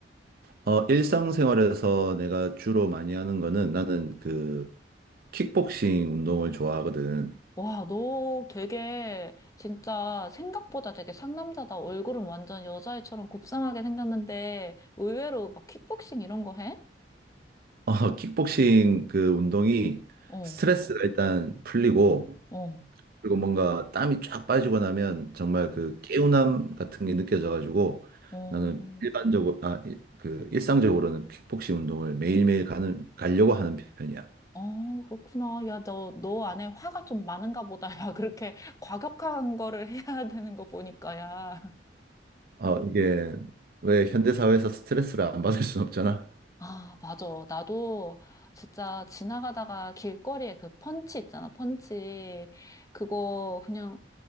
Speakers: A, on the right; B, on the left.
A: 어, 일상생활에서 내가 주로 많이 하는 거는 나는 그 킥복싱 운동을 좋아하거든.
B: 와, 너 되게 진짜 생각보다 되게 상남자다. 얼굴은 완전 여자애처럼 곱상하게 생겼는데 의외로 막 킥복싱 이런 거 해?
A: 어, 킥복싱 그 운동이
B: 어,
A: 스트레스가 일단 풀리고
B: 어,
A: 그리고 뭔가 땀이 쫙 빠지고 나면 정말
B: 어,
A: 그 개운함 같은 게 느껴져가지고
B: 어.
A: 나는 일반적으로 아, 이- 그 일상적으로는 킥복싱 운동을 매일매일 가는 가려고 하는 편이야.
B: 어, 그렇구나. 야, 너, 너 안에 화가 좀 많은가 보다. <laughs> 야, 그렇게 과격한 거를 해야 되는 거 보니까, 야.
A: 어, 이게 왜 현대사회에서 스트레스를 안 받을 순 없잖아.
B: 아, 맞아. 나도 진짜 지나가다가 길거리에 그 펀치 있잖아, 펀치. 그거 그냥